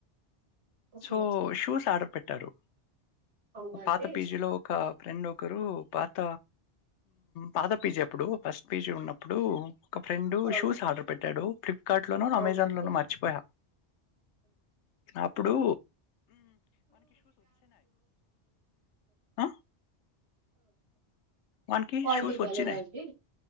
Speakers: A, on the right (about 70°); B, on the left (about 85°).
A: ఓకే.
B: సో షూస్ ఆర్డర్ పే పెట్టారు
A: అవునండి.
B: పాత పీజీలో ఒక ఫ్రెండ్ ఒకరు పాత పాత పీజ ఎప్పుడు ఫస్ట్ పీచు ఉన్నప్పుడు ఒక ఫ్రెండ్
A: ఆ!
B: షూస్ ఆర్డర్ పెట్టాడు ఫ్లిప్కార్ట్ లోను
A: అవునండి.
B: అమెజాన్ లోను మర్చిపోయా ఇప్పుడు ఆ! మనకి
A: వాల్టి
B: షూస్ వచ్చినాయి.
A: అటీ